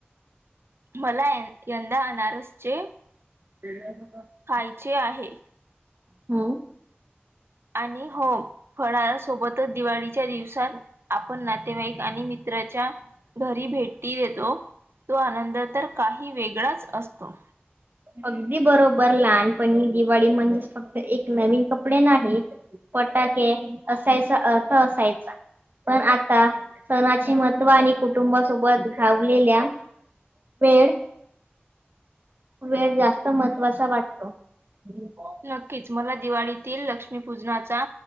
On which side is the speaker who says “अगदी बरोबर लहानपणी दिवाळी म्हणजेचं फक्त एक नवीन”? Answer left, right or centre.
Right